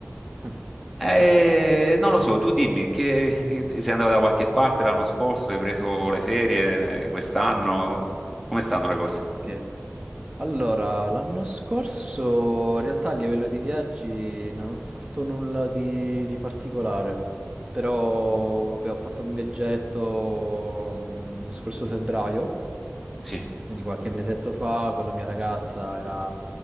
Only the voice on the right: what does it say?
<laughs> Pensa
un po'.
eh, Allora, l'anno scorso in realtà a livello di viaggi non ho fatto nulla di, di particolare, però vabbè, ho fatto un viaggetto mm, lo scorso febbraio
Quindi qualche mesetto fa con la mia ragazza era